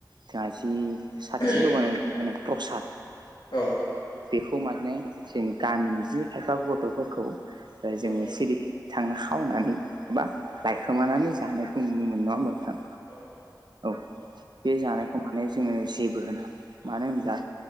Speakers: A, on the right; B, on the left.
A: जोंहा जि साथि
B: औ
A: लगानाय <unintelligible> प्रसाद
B: औ औ नंगौ
A: बेखौ माने जोंनि गामिनि जि खायफा गथ'फोरखौ
B: औ
A: जोङो
B: नोंथां औ
A: सिरि थांनो खावनानै एबा लायखोमानानै जानायखौ नुनो मोनो नङा होमबा नोंथां?
B: नंगौ औ
A: औ बे जानायखौ माने जोङो जेबो होना मानो होनब्ला